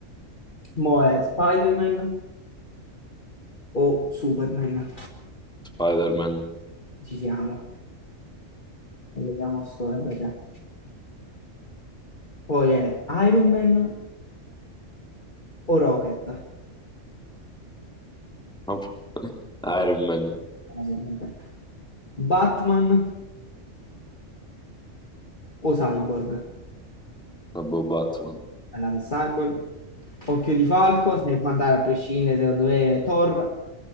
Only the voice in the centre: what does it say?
Spider-Man.
Vabbè. Iron Man.
Vabbè, Batman.